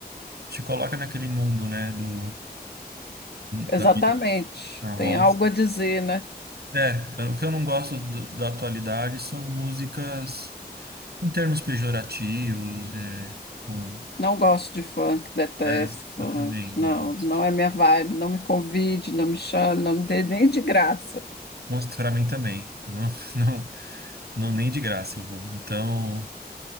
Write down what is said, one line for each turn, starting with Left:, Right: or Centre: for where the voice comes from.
Right: te coloca naquele mundo, né? Do,
Left: Exatamente.
Right: da vida na roça.
Left: Tem algo a dizer, né?
Right: É, o que eu não gosto do- da atualidade são músicas. Com termos pejorativos, é, com,
Left: Não gosto de funk, detesto
Right: é, eu
Left: funk.
Right: também
Left: Não,
Right: não gosto.
Left: não é minha vibe. Não me convide, não me chame, não me dê nem de graça.
Right: Mostro pra mim também. Não, <laughs> não, não, nem de graça eu vou. Então,